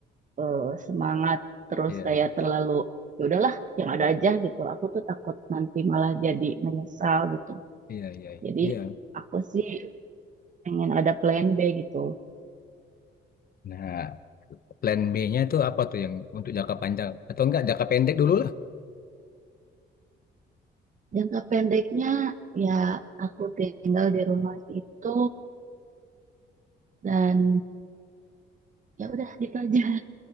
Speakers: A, on the right (about 40°); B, on the left (about 50°).
A: eh, semangat terus
B: Iya,
A: kayak terlalu ya udahlah yang ada aja gitu aku tuh takut nanti malah jadi menyesal gitu
B: iya, iya, iya.
A: jadi
B: Iya.
A: aku sih pengen ada plan B gitu
B: Nah, plan B-nya itu apa tuh yang untuk jangka panjang atau enggak jangka pendek dulu lah.
A: jangka pendeknya ya aku tinggal di rumah itu dan ya udah gitu aja